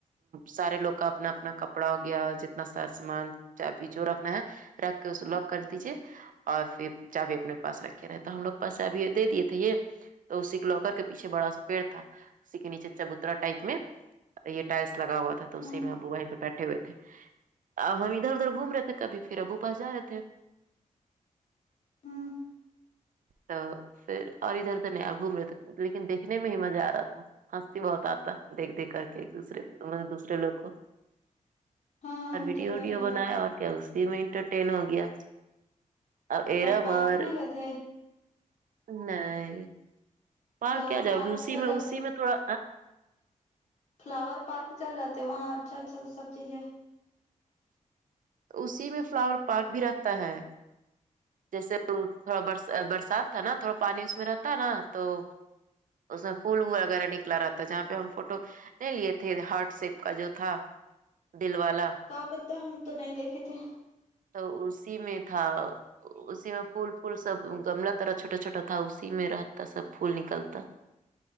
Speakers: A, on the right; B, on the left.
A: سارے لوگ کا اپنا اپنا کپڑا ہو گیا جتنا سارا سامان چابی جو رکھنا ہے رکھ کے اسے لاک کر دیجئے اور پھر چابی اپنے پاس رکھے رہے تو ہم لوگ پاس چابی دے دیے تھے یہ تو اسی ایک لوکر کے پیچھے بڑا سا پیڑ تھا اسی کے نیچے چبوترا ٹائپ میں یہ ٹائلس لگا ہوا تھا تو اسی
B: ہوں
A: میں ابو وہیں پہ بیٹھے ہوئے تھے اب ہم ادھر ادھر گھوم رہے تھے کبھی پھر ابو پاس جا رہے تھے
B: ہوں
A: تو پھر اور ادھر نہیں ابو ملے تو لیکن دیکھنے میں ہی مزہ آ رہا تھا ہنسی بہت آتا دیکھ دیکھ کر کے ایک دوسرے کو مطلب دوسرے لوگ کو
B: ہاں
A: اور
B: وہ
A: ویڈیو
B: تو خیر
A: وڈیو
B: ہے
A: بنایا اور کیا اسی میں انٹرٹین ہو گیا اب ارم
B: پارک
A: اور
B: نہیں گئے تھے
A: نہیں پار
B: فلاور
A: کیا جاؤ
B: پارک
A: گی اسی
B: چل
A: میں
B: جاتے
A: اسی میں تھوڑا
B: فلاور پارک چل جاتے وہاں اچھا اچھا سب چیزیں
A: تو اسی میں فلاور پارک بھی رہتا ہے جیسے تھوڑا بر برسات تھا نا تھوڑا پانی اس میں رہتا نا تو اس میں پھول وغیرہ نکلا رہتا ہے جہاں پہ ہم فوٹو نہیں لیے تھے ہارٹ شیپ کا جو تھا دل والا
B: کا پتا ہم تو نہیں دیکھے تھے
A: تو اسی میں تھا اسی میں پھول فھول سب گملہ تیرا چھوٹا چھوٹا تھا اسی میں رہتا سب پھول نکلتا